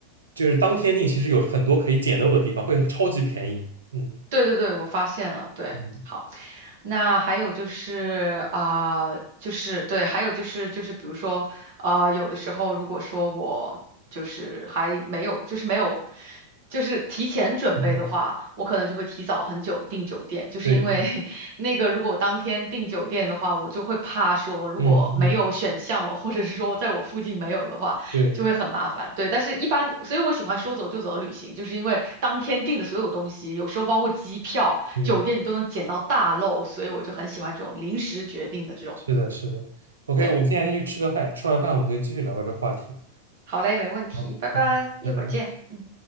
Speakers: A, on the right (about 70°); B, on the right (about 50°).
A: 就是当天订，其实有很多可以捡漏的地方，会超级便宜。嗯
B: 对对对，我发现了，对，
A: 嗯
B: 好，那还有就是啊、就是对，还有就是就是比如说啊、有的时候如果说我就是还没有，就是没有，就是提前准备的话，
A: 嗯，
B: 我可能就会提早很久订酒店，就是因为
A: 对对，
B: <laughs> 那个如果我当天订酒店的话，我就会怕说如果没有选项了，
A: 嗯嗯
B: 或者是说在我附近没有了的话。
A: 对，
B: 就会很麻烦。对，但是一般，所以我喜欢说走就走的旅行，就是因为当天订的所有东西，有时候包括机票、
A: 嗯。
B: 酒店，你都能捡到大漏，所以我就很喜欢这种临时决定的这种。
A: 是的，是的。OK，
B: 对，
A: 我现在先去吃个饭，吃完饭我们可以继续聊个这话题。
B: 好嘞，没问题，
A: 好，
B: 拜拜，
A: 嗯，
B: 一会儿见。
A: 拜拜。
B: 嗯。